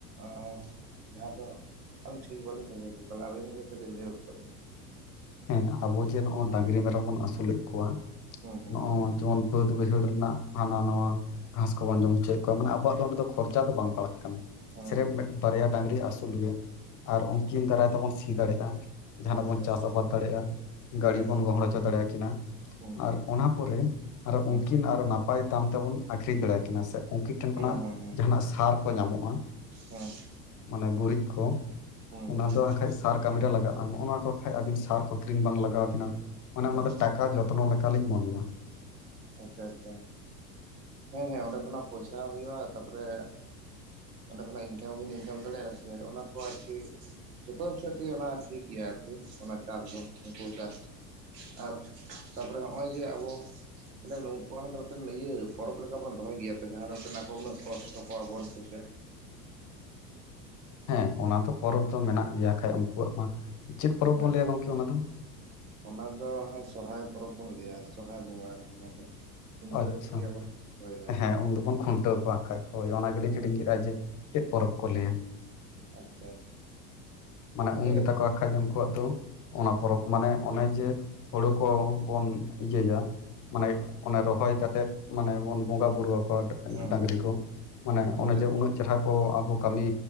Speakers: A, on the right (about 75°); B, on the left (about 35°).
A: ᱟ ᱡᱟᱦᱟᱸ ᱫᱚ ᱟᱹᱞᱤᱧ ᱴᱷᱤᱠ ᱵᱟᱞᱤᱧ ᱟᱹᱭᱡᱟᱹᱣᱫᱟ ᱛᱟᱦᱚᱞᱮ ᱟᱹᱵᱤᱱ ᱜᱮ ᱠᱟᱹᱴᱤᱡ ᱞᱟᱹᱭ ᱜᱚᱫ ᱠᱟᱜ ᱵᱤᱱ
B: ᱦᱮᱸ ᱟᱵᱚ ᱡᱮ ᱱᱚᱜ-ᱚᱭ ᱰᱟᱝᱨᱤ ᱢᱮᱨᱚᱢ ᱵᱚᱱ ᱟᱥᱩᱞᱮᱫ ᱠᱚᱣᱟ᱾
A: ᱦᱩᱸ ᱦᱩᱸ
B: ᱱᱚᱜ-ᱚᱭ ᱚᱱ ᱵᱟᱹᱫ ᱵᱟᱹᱭᱦᱟᱹᱲ ᱨᱮᱱᱟᱜ ᱦᱟᱱᱟ ᱱᱟᱣᱟ᱾ ᱜᱷᱟᱸᱥ ᱠᱚᱵᱚᱱ ᱡᱚᱢ ᱚᱪᱚᱭᱮᱜ ᱠᱚᱣᱟ ᱾ ᱢᱟᱱᱮ ᱟᱵᱚᱣᱟᱜ ᱫᱚ ᱚᱸᱰᱮ ᱫᱚ ᱠᱷᱚᱨᱪᱟ ᱫᱚ ᱵᱟᱝ ᱯᱟᱲᱟᱜ ᱠᱟᱱᱟ ᱾
A: ᱦᱩᱸ
B: ᱥᱨᱮᱯ
A: ᱦᱩᱸ
B: ᱢᱤᱵᱟᱨᱭᱟ ᱰᱟᱝᱨᱤ ᱟᱹᱥᱩᱞ ᱜᱮ᱾ ᱟᱨ ᱩᱱᱠᱤᱱ ᱫᱟᱨᱟᱭ ᱛᱮᱵᱚᱱ ᱥᱤ ᱫᱟᱲᱮᱜ-ᱟ ᱡᱟᱦᱟᱱᱟᱜ
A: ᱟᱪᱪᱷᱟ
B: ᱵᱚᱱ ᱪᱟᱥ
A: ᱟᱪᱪᱷᱟ
B: ᱟᱵᱟᱫ ᱫᱟᱲᱮᱭᱟᱜ-ᱟ
A: ᱦᱮᱸ
B: ᱜᱟᱹᱰᱤ
A: ᱦᱮᱸ
B: ᱵᱚᱱ ᱜᱚᱦᱚᱲ ᱦᱚᱪᱚ ᱫᱟᱲᱮᱭᱟᱠᱤᱱᱟ᱾
A: ᱦᱩᱸ
B: ᱟᱨ ᱚᱱᱟ ᱯᱚᱨᱮ, ᱟᱨᱚ
A: ᱦᱩᱸ
B: ᱩᱱᱠᱤᱱ ᱟᱨᱚ ᱱᱟᱯᱟᱭ ᱫᱟᱢ ᱛᱮᱵᱚᱱ ᱟᱹᱠᱷᱨᱤᱧ ᱫᱟᱲᱮᱭᱟ ᱠᱤᱱᱟ ᱥᱮ ᱩᱝᱠᱤᱱ ᱢᱤᱫ ᱴᱷᱮᱱ ᱠᱷᱚᱱᱟᱜ
A: ᱦᱩᱸ ᱦᱩᱸ
B: ᱡᱟᱦᱟᱱᱟᱜ ᱥᱟᱨ ᱠᱚ ᱧᱟᱢᱚᱜ-ᱟ᱾
A: ᱦᱩᱸ
B: ᱢᱟᱱᱮ ᱜᱩᱨᱤᱡ ᱠᱩ᱾
A: ᱦᱩᱸ
B: ᱚᱱᱟ
A: ᱦᱩᱸ ᱦᱩᱸ
B: ᱫᱚ ᱟᱠᱷᱟᱡ ᱥᱟᱨ ᱠᱟᱹᱢᱤ ᱨᱮ ᱞᱟᱜᱟᱜ-ᱟ᱾ ᱱᱚᱜ-ᱚᱭ ᱱᱚᱣᱟ ᱠᱚ ᱠᱷᱟᱡ ᱟᱵᱤᱱ ᱥᱟᱨ ᱠᱚ ᱠᱤᱨᱤᱧ ᱵᱟᱝ ᱞᱟᱜᱟᱣ ᱵᱤᱱᱟ᱾ ᱢᱟᱱᱮ ᱚᱱᱟ
A: ᱚ
B: ᱫᱚ ᱴᱟᱠᱟ ᱡᱚᱛᱱᱚ ᱞᱮᱠᱟᱞᱤᱧ ᱢᱚᱱᱮᱭᱟ᱾
A: ᱟᱪᱪᱷᱟ - ᱟᱪᱪᱷᱟ ᱦᱮᱸᱻ ᱦᱮᱸ ᱚᱸᱰᱮ ᱠᱷᱚᱱᱟᱜ ᱯᱚᱭᱥᱟ ᱦᱩᱭᱩᱜ-ᱟ ᱛᱟᱯᱚᱨᱮ ᱚᱸᱰᱮ ᱠᱷᱚᱱᱟᱜ ᱤᱱᱠᱟᱢ ᱦᱚᱵᱤᱱ ᱤᱱᱠᱟᱢ ᱫᱟᱲᱮᱭᱟᱜ-ᱟ, ᱥᱮ ᱚᱱᱟ ᱠᱚ ᱟᱨᱠᱤ ᱡᱚᱛᱚ ᱥᱮᱫ ᱛᱤᱜᱤ ᱚᱱᱟ ᱴᱷᱤᱠ ᱜᱤᱭᱟ᱾ ᱟᱨᱠᱤ ᱚᱱᱟ ᱪᱟᱥ ᱫᱚ ᱩᱝᱠᱩ ᱪᱟᱥ ᱟᱨ ᱛᱟᱯᱚᱨᱮ ᱦᱚᱜ-ᱚᱭ ᱡᱮ ᱟᱵᱚ ᱢᱟᱱᱮ ᱱᱩᱝᱠᱩᱣᱟᱜ ᱦᱚᱸ ᱫᱚ ᱢᱤᱫᱴᱮᱱ ᱤᱭᱟᱹ ᱯᱚᱨᱚᱵᱽ ᱞᱮᱠᱟ ᱵᱚᱱ ᱫᱚᱦᱚᱭ ᱜᱮᱭᱟ ᱛᱚ ᱡᱟᱦᱟᱸ ᱫᱚ ᱢᱤᱫᱴᱮᱱ ᱟᱠᱚ ᱩᱱᱟᱹᱜ ᱠᱚᱥᱴᱚ ᱠᱚᱣᱟᱵᱚᱱ ᱥᱮ ᱪᱮᱫ?
B: ᱦᱮᱸ ᱚᱱᱟ ᱫᱚ ᱯᱚᱨᱚᱵᱽ ᱫᱚ ᱢᱮᱱᱟᱜ ᱜᱮᱭᱟ ᱠᱷᱟᱱ ᱩᱱᱠᱩᱣᱟᱜ ᱢᱟ, ᱪᱮᱫ ᱯᱚᱨᱚᱵᱽ
A: ᱦᱮᱸ
B: ᱵᱚᱱ ᱞᱟᱹᱭᱟ ᱜᱚᱝᱠᱮ ᱚᱱᱟ ᱫᱚ?.
A: ᱚᱱᱟ ᱫᱚ ᱚᱱᱮ ᱥᱚᱨᱦᱟᱭ ᱯᱚᱨᱚᱵᱽ ᱵᱚᱱ ᱞᱟᱹᱭᱟ᱾ ᱥᱚᱨᱦᱟᱭ ᱵᱚᱸᱜᱟ ᱠᱤ ᱡᱟᱦᱟᱸ ᱫᱚ ᱠᱷᱩᱱᱴᱟᱹᱣ
B: ᱟᱪᱷᱟ,
A: ᱜᱮᱭᱟᱵᱚᱱ ᱦᱳᱭ ᱦᱳᱭ
B: ᱦᱮᱸ ᱩᱱ ᱫᱩᱵᱩᱱ ᱠᱷᱩᱱᱴᱟᱹᱣ ᱠᱚᱣᱟ᱾ ᱠᱷᱟᱡ ᱦᱳᱭ ᱚᱱᱟᱜᱮᱞᱤᱧ ᱦᱤᱨᱤᱧ ᱠᱮᱫᱟ ᱡᱮ ᱪᱮᱫ ᱯᱚᱨᱚᱵᱽ ᱠᱚ ᱞᱟᱹᱭᱟ᱾
A: ᱟᱪᱪᱷᱟ ᱟᱪᱪᱷᱟ
B: ᱢᱟᱱᱮ
A: ᱦᱳᱭ
B: ᱩᱱ ᱜᱮ
A: ᱟᱫᱚ
B: ᱛᱟᱠᱚᱣᱟ᱾ ᱵᱟᱠᱷᱟᱡ ᱩᱱᱠᱩᱣᱟᱜ ᱫᱚ ᱚᱱᱟ ᱯᱚᱨᱚᱵᱽ ᱢᱟᱱᱮ ᱚᱱᱮ ᱡᱮ ᱦᱳᱲᱳ ᱠᱚ ᱵᱚᱱ ᱤᱭᱟᱹᱭᱟ᱾ ᱢᱟᱱᱮ ᱚᱱᱮ ᱨᱚᱦᱚᱭ ᱠᱟᱛᱮᱜ ᱢᱟᱱᱮ ᱵᱩᱱ ᱵᱚᱸᱜᱟ ᱵᱩᱨᱩ ᱟᱠᱚᱣᱟ
A: ᱦᱮᱸ
B: ᱰᱟᱝᱨᱤ
A: ᱦᱮᱸ ᱦᱮᱸ
B: ᱠᱚ᱾ ᱢᱟᱱᱮ
A: ᱢᱤᱫᱴᱮᱡ
B: ᱚᱱᱮ ᱡᱮ ᱩᱱᱟᱹᱜ ᱡᱟᱦᱟᱸ ᱠᱚ ᱟᱵᱚ ᱠᱟᱹᱢᱤ